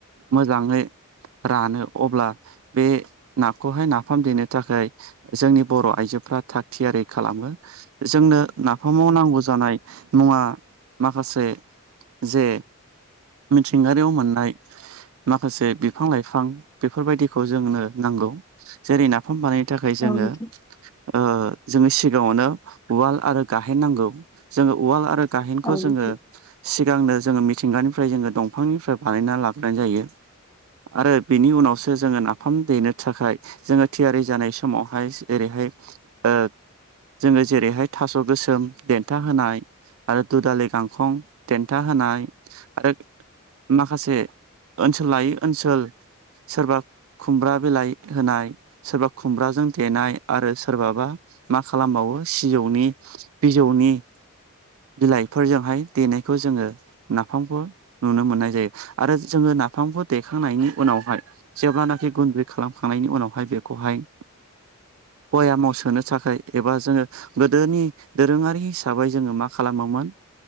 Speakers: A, on the right; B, on the left.
A: मोजाङै रानो अब्ला बे नाखौहाय नाफाम देनो थाखाय। जोंनि बर' आइजोफ्रा थाग थियारि खालामो। जोंनो नाफामाव नांगौ जानाय मुवा माखासे। जे मिथिंगारियाव मोननाय। माखासे बिफां लाइफां बेफोरबायदिखौ जोंनो नांगौ जेरै नाफाम बानाय थाखाय जोङो।
B: नोंथां
A: ओ जोङो सिगाङावनो उवाल आरो गाहेन नांगौ जोङो उवाल आरो गाहेनखौ
B: औ नोंथां औ
A: जोङो
B: नोंथां
A: सिगांनो जोङो मिथिंगानिफ्राय जोङो दंफांनिफ्राय बानायना लाबोनाय जायो आरो बेनि उनावसो जोङो नाफाम देनो थाखाय जोङो थियारि जानाय समावहाय जेरैहाय ओ जोङो जेरैहाय थास' गोसोम देन्था होनाय आरो दु दालि गांखं थेन्था होनाय आरो माखासे ओनसोल लायै ओनसोल। सोरबा खुमब्रा बिलाइ होनाय सोरबा खुमब्राजों देनाय आरो सोरबाबा मा खालामबावो सिजौनि बिजौनि बिलाइफोरजोंहाय देनायखौ जोङो नाफामखौ नुनो मोननाय जायो आरो जोङो नाफामखौ देखांनायनि उनावहाय जेब्लानाखि गुन्दै खालामखांनायनि उनावहाय बेखौहाय बयामावसोनो थाखाय एबा जोङो। गोदोनि दोरोङारि हिसाबै जोङो मा खालामोमोन